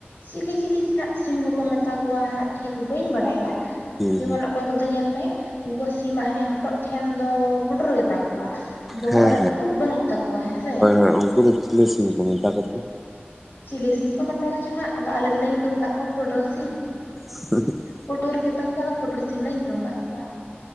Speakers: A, on the left; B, in the centre.
A: ᱪᱤᱞᱤ ᱪᱤᱞᱤ ᱪᱚ ᱦᱟᱸᱜ ᱾ ᱥᱤᱢ ᱠᱚᱠᱚ ᱢᱮᱛᱟ ᱠᱚᱣᱟ ᱦᱟᱸᱜ ᱴᱷᱤᱠ ᱵᱟᱹᱧ ᱵᱟᱰᱟᱭᱟ᱾
B: ᱦᱩᱸ
A: ᱡᱮᱢᱚᱱ
B: ᱦᱩᱸ
A: ᱚᱠᱚᱭ ᱠᱚᱫᱚ ᱧᱮᱞ ᱢᱮ ᱩᱝᱠᱩᱣᱟᱜ ᱫᱤᱢᱟᱜ ᱦᱟᱱᱮ ᱦᱚᱴᱚᱜ ᱴᱷᱮᱱ ᱫᱚ ᱯᱩᱴᱩᱨ ᱜᱮᱛᱟ <inaudible> ᱵᱚᱦᱚᱜ
B: ᱦᱮᱸ
A: ᱨᱮ ᱩᱵ ᱵᱟᱹᱱᱩᱜ ᱛᱟᱠᱚᱣᱟ ᱦᱮᱸ ᱥᱮ ᱾
B: ᱦᱮᱸ ᱩᱝᱠᱩ ᱫᱚ ᱪᱤᱞᱤ ᱥᱤᱢ ᱠᱚ ᱢᱮᱛᱟ ᱠᱚᱛᱮ?
A: ᱪᱤᱞᱤ ᱥᱤᱢ ᱠᱚ ᱢᱮᱛᱟ ᱠᱚᱪᱚ ᱦᱟᱸᱜ ᱾ ᱟᱫᱚ ᱟᱞᱮ ᱫᱚᱞᱮ ᱧᱩᱛᱩᱢ ᱟᱠᱟᱫ ᱠᱚᱣᱟ ᱯᱚᱴᱚᱨ ᱥᱤᱢ ᱾
B: <inaudible>
A: ᱯᱩᱴᱩᱨ ᱜᱮᱛᱟ ᱠᱚᱣᱟ᱾ ᱟᱫᱚ ᱯᱩᱴᱩᱨ ᱥᱤᱢ ᱞᱮ ᱧᱩᱛᱩᱢ ᱟᱠᱟᱫ ᱠᱚᱣᱟ